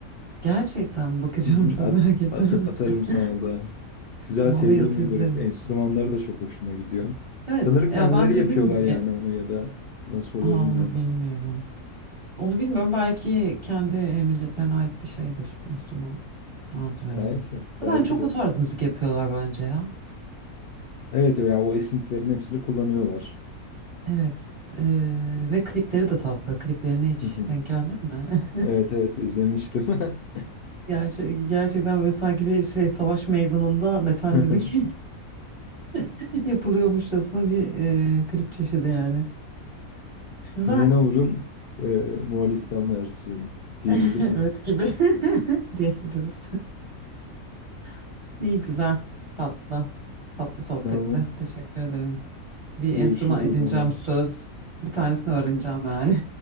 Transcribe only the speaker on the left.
Hı hı.
At-
at- atarım
sana da. Güzel
sevdiğim
bir
grup. Enstrümanları da çok hoşuma gidiyor.
Sanırım
kendileri
yapıyorlar
yani onu ya da nasıl
oluyor bilmiyorum.
Belki,
belki
de.
Evet ya o esintilerin hepsini kullanıyorlar.
Hı hı.
Evet evet izlemiştim. <laughs>
<laughs>
Manowar'ın e, Moğolistan versiyonu diyebilir
miyiz?
Tamam.
Görüşürüz
o zaman.